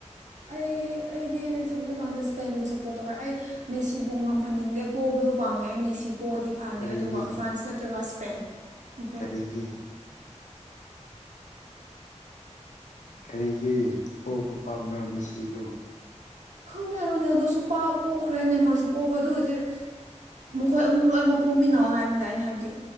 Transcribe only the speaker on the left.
ꯀꯔꯤꯒꯤ
ꯀꯔꯤꯒꯤ ꯀꯔꯤꯒꯤ ꯄꯣꯛꯄ ꯄꯥꯝꯕ꯭ꯔꯥ ꯃ‌ꯦꯁꯤꯕꯨ